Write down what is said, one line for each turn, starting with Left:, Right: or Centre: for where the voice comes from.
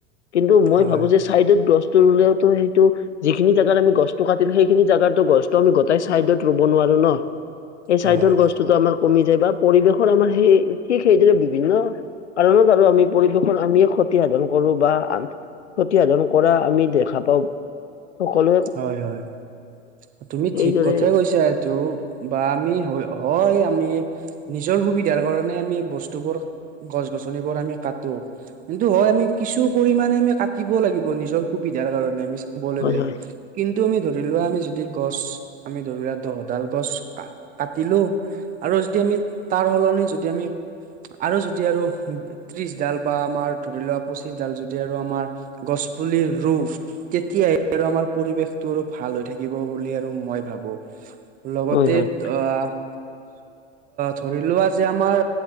Left: কিন্তু,
Right: হয়
Left: মই ভাবো যে চাইডত গছটো ৰুলেওতো সেইটো যিখিনি জাগাত আমি গছতটো কাত সেইখিনি জাগাতো গছটো আমি গোটেই চাইডত ৰুব নোৱাৰো ন? সেই চাইডৰ
Right: হয়
Left: গছতো আমাৰ কমি যায় বা পৰিৱেশৰ আমাৰ সেই ঠিক সেইদৰে বিভিন্ন কাৰণত আৰু আমি পৰিবেশৰ আমিয়ে ক্ষতি সাধন কৰো বা ক্ষতিসাধন কৰা আমি দেখা পাওঁ সকলো
Right: হয়। হয়। তুমি ঠিক
Left: এইদৰে
Right: কথাই কৈ কৈছা সেইটো বা আমি হয়। হয়। আমি নিজৰ সুবিধাৰ কাৰনে আমি বস্তুবোৰ গছ গছনিবোৰ আমি কটো কিন্তু হয়। আমি কিছু পৰিমণে আমি কাটিব লাগিব নিজৰ সুবিধাৰ কাৰণে আমি চাবলৈ
Left: হয়
Right: গ'লে।
Left: হয়
Right: কিন্তু, আমি ধৰি লোৱা আমি যদি গছ আমি ধৰি লোৱা দহডাল গছ কাটিলো। আৰু যদি আমি তাৰ সলনি যদি আমি আৰু যদি আৰু ত্ৰিশ ডাল বা আমাৰ ধৰি লোৱা পঁচিশ ডাল যদি আৰু আমাৰ গছ পুলি ৰু তেতিয়াহে আৰু আমাৰ পৰিৱেশটো আৰু ভাল হৈ থাকিব বুলি আৰু মই ভাবো লগতে
Left: হয় হয়
Right: অ'। ধৰি লোৱা যে আমাৰ।